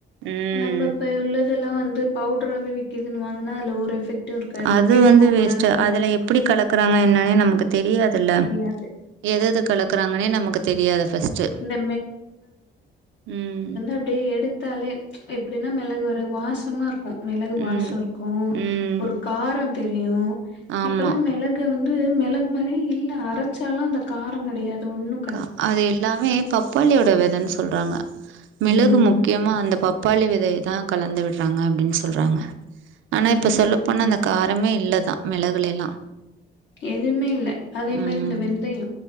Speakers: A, on the right; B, on the left.
A: ம்.
B: நம்ம இப்ப உள்ளதெல்லா வந்து பவுடறாவே விக்குதுன் வாங்குன்னா அதுல ஒரு எஃபெக்ட் டு இருக்காது
A: அது
B: கெட்டு
A: வந்து
B: போக
A: வேஸ்ட்டு.
B: கூடாது
A: அதுல எப்படி கலக்குறாங்க என்னானே நமக்கு தெரியாதுல்ல
B: நன்றி
A: எத எது கலக்குறாங்கன்னே நமக்கு தெரியாது ஃபஸ்ட்டு
B: இந்த
A: உம்
B: அப்டியே எடுத்தாலே எப்டின்னா மெளகு ஒரு வாசமா இருக்கு மெளகு வாச
A: ம்.
B: இருக்கு
A: ம்.
B: ஒரு கார தெரியு
A: ஆமா.
B: இப்பல்லா மெளகு இதுல வந்து மெளகு மாறியே இல்ல அரைச்சாலு அந்த கார கெடையாது ஒன்னு
A: கா அது எல்லாமே பப்பாளியோட வெதன்னு சொல்றாங்க மெளகு
B: ம்
A: முக்கிய மா அந்த பப்பாளி வெதைய தா கலந்து விடுறாங்க அப்டின்னு சொல்றாங்க ஆனா
B: ம்
A: இப்ப சொல்லப்போனா அந்த காரமே இல்ல தா மெளகுலெல்லா
B: எதுவுமே இல்ல அதே
A: ம்
B: மாரி இந்த வெந்தயோ